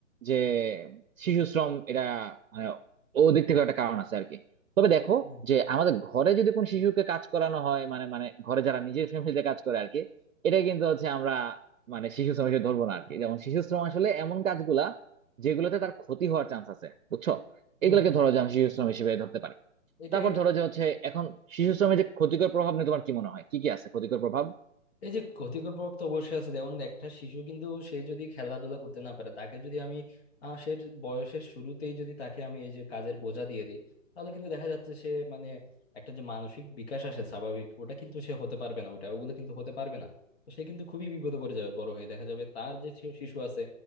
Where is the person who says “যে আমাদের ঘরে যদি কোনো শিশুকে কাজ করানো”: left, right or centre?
Right